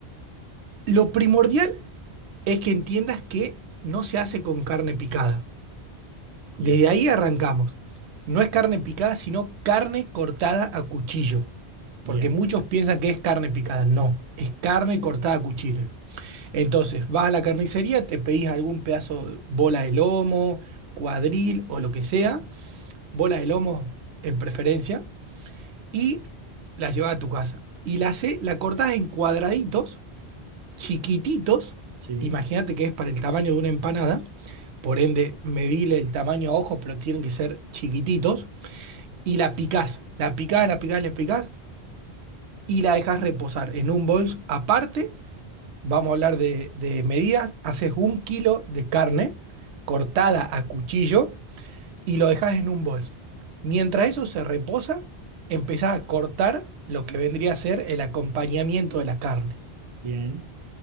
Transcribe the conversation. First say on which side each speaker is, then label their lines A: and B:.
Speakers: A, on the right (about 85°); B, on the right (about 50°).
A: Lo primordial es que entiendas que no se hace con carne picada.
B: Bien,
A: Desde ahí arrancamos. No es carne picada, sino carne cortada a cuchillo.
B: bien,
A: Porque muchos piensan que es carne picada. No, es carne cortada a cuchillo. Entonces, vas a la carnicería, te pedís algún pedazo de bola de lomo, cuadril o lo que sea, bola de lomo en preferencia, y la llevas a tu casa. Y la, hace- la cortás en cuadraditos, chiquititos,
B: sí,
A: imagínate que es para el tamaño de una empanada, por ende, medile el tamaño a ojo, pero tienen que ser chiquititos, y la picás, la picás, la picás, la picás, y la dejás reposar en un bols aparte Vamos a hablar de, de medidas. Haces un kilo de carne cortada a cuchillo y lo dejas en un bol. Mientras eso se reposa, empezás a cortar lo que vendría a ser el acompañamiento de la carne.
B: bien,